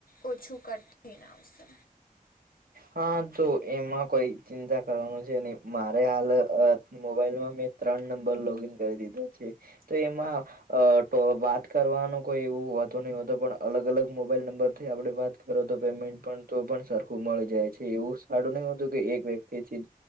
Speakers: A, on the left (about 70°); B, on the right (about 70°).
A: ઓછું કટ થઈ ને આવશે
B: હા તો એમાં કોઈ ચિંતા કરવાનું છે નહી મારે હાલ મોબાઈલમાં મેં ત્રણ નંબર લોગીન કરી દીધા છે તો એમાં અ તો વાત કરવાનો કોઈ એવું હોતો નહી હોતો પણ અલગ અલગ મોબાઈલ નંબર થી આપડણે વાત તો પેમેન્ટ પણ તો પણ સારું મળી જાય છે એવું સારું નહ હોતું કે એક વ્યક્તિ થી